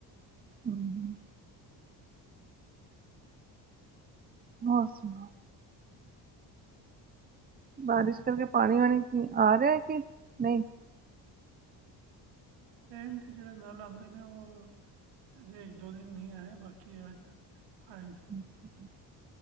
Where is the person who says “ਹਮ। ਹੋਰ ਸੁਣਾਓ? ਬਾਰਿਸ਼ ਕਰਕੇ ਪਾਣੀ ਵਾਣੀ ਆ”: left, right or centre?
Right